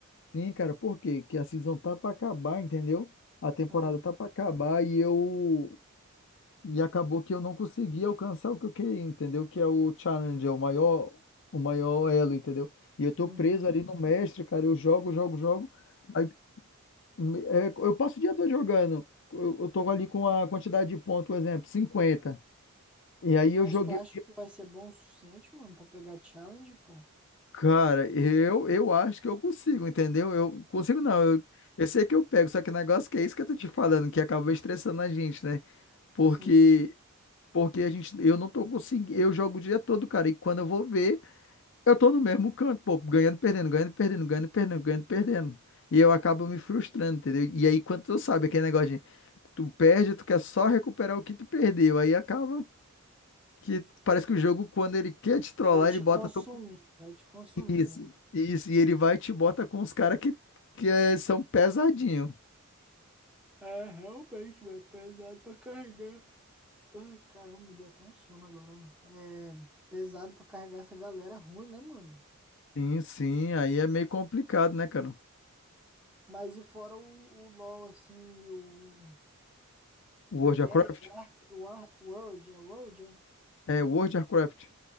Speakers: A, on the left; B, in the centre.
A: sim, cara, por quê? Que a season tá pra acabar, entendeu? A temporada
B: Ah,
A: tá pra acabar e eu. E acabou que eu não consegui alcançar o que eu queria, entendeu? Que é o challenge, é o maior, o maior elo, entendeu? E eu tô
B: uhum.
A: preso ali no mestre, cara. Eu jogo, jogo, jogo. Aí, me- é, eu passo o dia todo jogando. Eu, eu tô ali com a quantidade de pontos, por exemplo, cinquenta E aí eu
B: Mas
A: joguei.
B: tu acha que tu vai ser bom o suficiente, mano, pra pegar challenge, pô?
A: Cara, eu, eu acho que eu consigo, entendeu? Eu consigo
B: Não,
A: não, eu, eu sei que eu pego, só que o negócio que é isso que eu tô te falando, que acaba estressando a gente, né? Porque
B: sim.
A: porque a gente, eu não tô conseguindo, eu jogo o dia todo, cara, e quando eu vou ver, eu tô no mesmo canto, pô, ganhando, perdendo, ganhando, perdendo, ganhando, perdendo, ganhando, perdendo. E eu acabo me frustrando, entendeu? E aí quando tu sabe aquele negócio de tu perde, tu quer só recuperar o que tu perdeu, aí acaba que parece que o jogo quando ele quer te trollar,
B: Vai te
A: ele bota
B: consumir,
A: tu
B: vai te consumindo.
A: isso, isso, e ele vai e te bota com os caras que, que é- são pesadinho.
B: É, realmente, mano, é pesado pra carregar. Ai, caramba, me deu até um sono agora, mano. É pesado pra carregar essa galera ruim, né, mano?
A: Sim, sim, aí é meio complicado, né, cara?
B: Mas e fora o, o LoL, assim, e o.
A: World
B: Como é que
A: of
B: é?
A: Warcraft?
B: O Ark, o Ar, World, é World, é?
A: É, World of Warcraft.